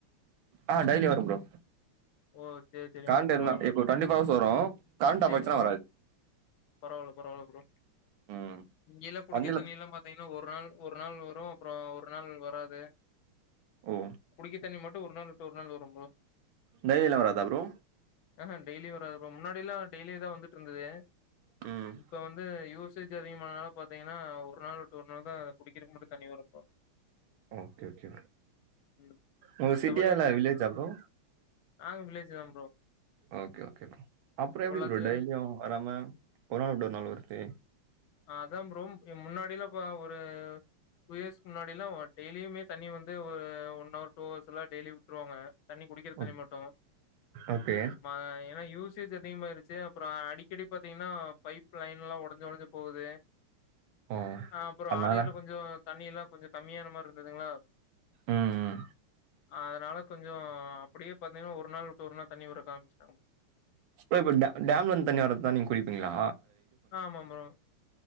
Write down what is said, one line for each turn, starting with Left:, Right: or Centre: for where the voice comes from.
Right: ஆஹ் டெய்லி வரும் ப்ரோ
Left: ஓ சேரி சேரிங்
Right: கரண்ட்
Left: ப்ரோ பரவால்ல
Right: இருந்தா இப்போ ஹவர்ஸ் வரும். கரண்ட்
Left: சேரிங்
Right: ஆஃப் ஆச்சுனா
Left: ப்ரோ
Right: வராது.
Left: பரவால்ல பரவால்ல ப்ரோ
Right: ம்.
Left: இங்கேலாம் குடிக்கிற
Right: தண்ணில
Left: தண்ணிலா பாத்தீங்கன்னா ஒரு நாள் ஒரு ஒரு நாள் வரும் அப்புறம் ஒரு நாள் வராது
Right: ஓ
Left: குடிக்க தண்ணி மட்டும் ஒரு நாள் விட்டு ஒரு நாள் வரும் ப்ரோ
Right: டெய்லிலா வராதா ப்ரோ
Left: ஆஹ டெய்லி வராது ப்ரோ முன்னாடிலா டெய்லி தான் வந்துட்டு இருந்தது
Right: ம்.
Left: இப்ப வந்து யூசேஜ் அதிகமானனால பாத் பாத்தீங்கன்னா ஒரு நாள் விட்டு ஒரு நாள் தா குடிக்கிறக்கு மட்டு தண்ணி வரும் ப்ரோ
Right: ஓகே ஓகே
Left: ம்
Right: உங்க
Left: மத்தபடி
Right: சிட்டியா இல்ல வில்லேஜா ப்ரோ
Left: நாங்க வில்லேஜு தா ப்ரோ
Right: ஓகே ஓகே ப்ரோ அப்புறம் எப்டி
Left: பொள்ளாச்சில
Right: ப்ரோ
Left: இருந்து
Right: டெய்லியும் வராம ஒரு நாள் விட்டு ஒரு நாள் வருது
Left: அதான் ப்ரோ முன்னாடிலா ப ஒ ஆ டூ இயர்ஸ் முன்னா ப்பயெலா டெய்லியுமே தண்ணி வந்து ஒரு ஒன் அவர் டூ அவர்ஸ் எல்லா டெய்லியு விட்ருவாங்க தண்ணி குடிக்கிற தண்ணி
Right: ஓக்
Left: மட்டு
Right: ஓகே.
Left: ம ஏனா யூஸ் அதிகமாருச்சு அப்புற அடிக்கடி பாத் திங்னா பைப் லைன்லா ஒடஞ்சு ஒடஞ்சு து
Right: ஓ!
Left: அப்பற
Right: அதனால
Left: ஆழியார்ல கொஞ்ச தண்ணிலா கொஞ்ச கமியான மார் இருந்துதுங்ளா
Right: ம், ம்.
Left: அதனால கொஞ்சோ அப்பிடியே பாத்திங்கனா ஒரு நாள் விட்டு ஒரு நாள் தண்ணி உடறக் ஆரம்பிச்ச
Right: ஓ இப்ப டே டேம்ல இருந்து தண்ணி வர்றதா நீங்க குடிப்பிங்ளா
Left: ஆமாம் ப்ரோ